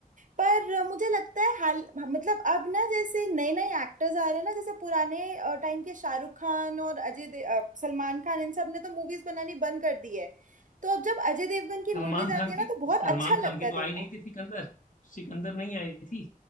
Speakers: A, on the right (about 55°); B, on the left (about 60°).
A: पर अ, मुझे लगता है हाल मतलब अब ना जैसे नए नए एक्टर्स आ रहे हैं ना जैसे पुराने टाइम के शाहरुख खान और अजय दे, अ, सलमान खान इन सब ने तो मूवीज बनानी बंद कर दी है तो अब जब अजय देवगन की
B: सलमान
A: मूवीज
B: खान
A: आती है ना
B: की
A: तो बहुत
B: सलमान
A: अच्छा
B: खान
A: लगता
B: की
A: है
B: तो आई
A: देखना
B: नहीं थी सिकंदर सिकंदर नहीं आई थी